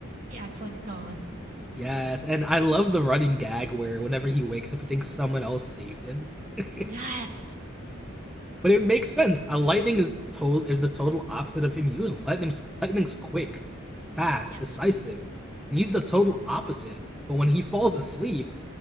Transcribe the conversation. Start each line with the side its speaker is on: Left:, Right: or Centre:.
Right: he acts like a god.
Centre: yes, and I love the running gag where whenever he wakes up, he thinks someone else saved him.
Right: Yes.
Centre: <laughs> But it makes sense. A lightning is to- is the total opposite of him usually. Lightning's lightning's quick, fast,
Right: Yes.
Centre: decisive. And he's the total opposite. But when he falls asleep,